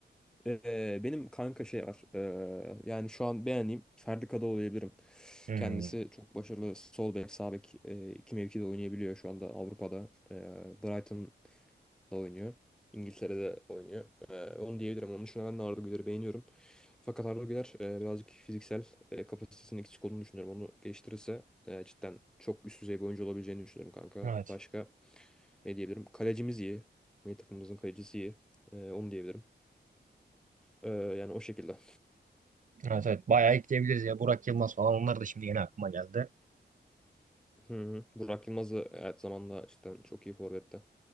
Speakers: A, in the centre; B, on the right (about 45°).
A: e, benim kanka şey var. E, yani şu an beğendiğim Ferdi Kadıoğlu diyebilirim.
B: Hmm,
A: Kendisi çok başarılı sol bek, sağ bek e, iki mevkide oynayabiliyor şu anda Avrupa'da. E, Brighton oynuyor. İngiltere'de oynuyor. Ee, onu diyebilirim. Onun dışında ben de Arda Güler'i beğeniyorum. Fakat Arda Güler e, birazcık fiziksel e, kapasitesinin eksik olduğunu düşünüyorum. Onu geliştirirse e, cidden çok üst düzey bir oyuncu olabileceğini düşünüyorum kanka.
B: Evet.
A: Başka ne diyebilirim? Kalecimiz iyi. Milli takımımızın kalecisi iyi. E, onu diyebilirim. E, yani o şekilde.
B: Evet evet. Bayağı ekleyebiliriz ya. Burak Yılmaz falan onlar da şimdi yeni aklıma geldi.
A: Hı hı. Burak Yılmaz da evet zamanla cidden çok iyi forvette.